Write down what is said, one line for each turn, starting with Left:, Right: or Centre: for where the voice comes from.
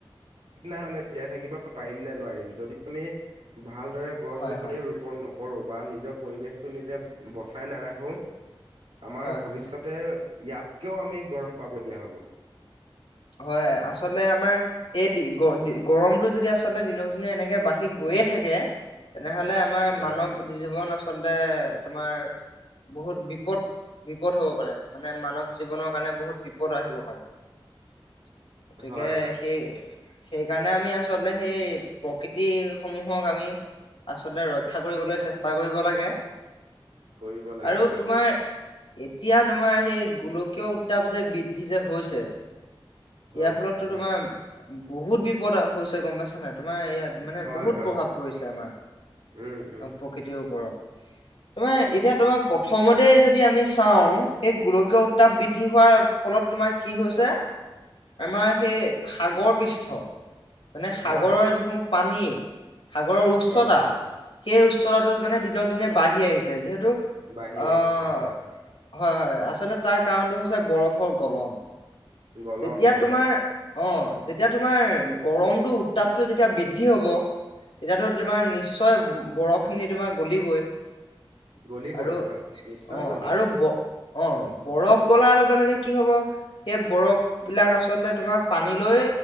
Right: ঠিক নাই মানে জিয়াই থাকিব পাৰিম নে নোৱাৰিম যদি আমি ভাল। দৰে গছ
Left: হয়
Right: গছনি
Left: হয়
Right: ৰোপন নকৰো। বা নিজৰ পৰিৱেশটো নিজে বচাই নাৰাখো। আমাৰ
Left: হয়
Right: ভৱিষ্যতে
Left: হয়।
Right: ইয়াতকেও আমি গৰম। পাব। দিয়া হ'ব।
Left: হয় আচলতে আমাৰ এই দি গ গৰমতটো যদি আচলতে দিনক দিনে এনেকে বাঢ়ি গৈয়ে থাকে তেনেহ'লে আমাৰ
Right: হয়
Left: মানৱ দ জীৱন নাচ <unintelligible> আচলতে তোমাৰ বহুত বিপদ বিপদ হব পাৰে, মানে মানৱ জীৱনৰ কাৰণে বহুত বিপদ আহিব পাৰে। <unintelligible> গতিকে
Right: হয় হয়
Left: সেই সেইকাৰণে আমি আচলতে সেই প্ৰকৃতি সমূহক আমি আচলতে ৰক্ষা কৰিবলৈ চেষ্টা কৰিব লাগে।
Right: কৰিব লাগে
Left: আৰু
Right: হয়।
Left: তোমাৰ এতিয়া তোমাৰ সেই গোলকীয় উত্তাপ যে বৃদ্ধি যে হৈছে,
Right: হৈছে
Left: ইয়াৰ ফলতটো
Right: হয়
Left: তোমাৰ বহুত বিপদ হৈছে গম পাইছ নাই তোমাৰ ইয়াত মানে
Right: হয়
Left: বহুত
Right: হয়
Left: প্ৰভাৱ পৰিছে আমাৰ
Right: উম উম
Left: প্ৰকৃতিৰ ওপৰত। তোমাৰ এতিয়া তোমাৰ প্ৰথমতে
Right: হয়
Left: যদি আমি চাও এই গোলকীয় উত্তাপ বৃদ্ধি হোৱাৰ ফলত তোমাৰ কি হৈছে, আমাৰ সেই সাগৰ পৃষ্ঠ, মানে সাগৰৰ
Right: হয়
Left: যিসমূহ পানী, সাগৰৰ উচ্চতা,
Right: হয় হয়
Left: সেই উচ্চতাটো মানে দিনক দিনে বাঢ়ি আহিছে। যিহেতু,
Right: বাঢ়ি
Left: আহ
Right: আহিছে হয়।
Left: হয় হয় আচলতে তাৰ কাৰণটো হৈছে বৰফৰ গলন।
Right: গলন
Left: যেতিয়া
Right: হয়।
Left: তোমাৰ অ যেতিয়া তোমাৰ গৰমটো উত্তাপটো যেতিয়া বৃদ্ধি হব তেতিয়াতো তোমাৰ নিশ্চয় বৰফখিনি তোমাৰ গলিবই।
Right: গলিবই
Left: আৰু
Right: হয় নিশ্চয়
Left: অ',
Right: গলিব।
Left: আৰু ব অ বৰফ গলাৰ লগে লগে কি হব সেই বৰফ বিলাক আচলতে তোমাৰ পানীলৈ